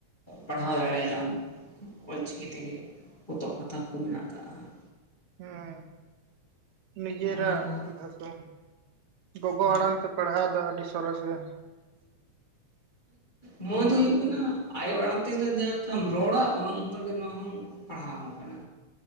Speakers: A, on the left; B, on the right.
A: ᱯᱟᱲᱦᱟᱣ ᱫᱟᱲᱮᱭᱟᱜ ᱟᱢ᱾ ᱚᱞ ᱪᱤᱠᱤ ᱛᱮᱜᱮ ᱯᱚᱛᱚᱵ ᱠᱟᱛᱷᱟ ᱠᱚ ᱦᱚᱸ ᱢᱮᱱᱟᱜ ᱟᱠᱟᱼᱟ ᱦᱟᱜ᱾
B: ᱦᱚᱸ ᱱᱤᱡᱮᱨᱟᱜ
A: ᱚᱱᱟ ᱠᱚ
B: ᱵᱷᱟᱥᱟ ᱜᱚᱜᱚ
A: ᱚᱱᱟ
B: ᱟᱲᱟᱝ ᱛᱮ ᱯᱟᱲᱦᱟᱣ ᱫᱚ ᱟᱹᱰᱤ ᱥᱚᱨᱮᱥ ᱜᱮ᱾
A: ᱱᱚᱶᱟ ᱫᱚ ᱦᱩᱭᱩᱜ ᱠᱟᱱᱟ ᱟᱭᱳ ᱟᱲᱟᱝ ᱛᱮ ᱫᱚ ᱡᱟᱦᱟᱸ ᱞᱮᱠᱟᱢ ᱨᱚᱲᱟ ᱚᱱᱮ ᱚᱱᱠᱟ ᱜᱮ ᱱᱚᱶᱟ ᱦᱚᱸ ᱯᱟᱲᱦᱟᱣ ᱦᱚᱸ ᱠᱟᱱᱟ᱾